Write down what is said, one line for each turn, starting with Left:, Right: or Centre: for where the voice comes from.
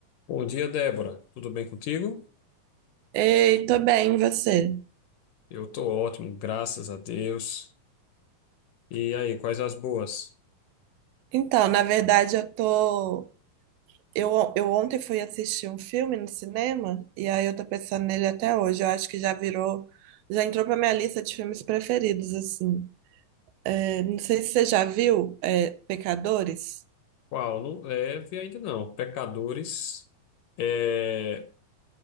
Left: Bom dia, Débora. Tudo bem contigo?
Right: Ei, tô bem, e você?
Left: Eu tô ótimo, graças a Deus. E aí, quais as boas?
Right: Então, na verdade, eu tô. Eu, on- eu ontem fui assistir um filme no cinema e aí eu tô pensando nele até hoje. Eu acho que já virou, já entrou pra minha lista de filmes preferidos, assim. É, não sei se você já viu, é, Pecadores.
Left: Qual? Não leve ainda não. Pecadores, é,